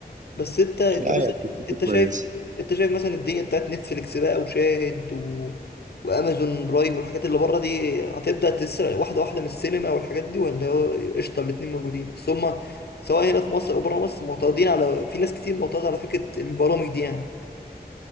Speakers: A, on the left; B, on the right.
A: بس انت انت
B: لا
A: مثلا
B: يعني فكرته
A: انت
B: كويسة
A: شايف انت شايف مثلا الدنيا بتاعت نتفليكس بقى وشاهد و... وامازون برايم والحاجات اللي بره دي هتبدا تسرق واحده واحده من السينما والحاجات دي ولا هو قشطه الاتنين موجودين اصل هما سواء هنا في مصر او بره مصر معترضين على في ناس كتير معترضه على فكره البرامج دي يعني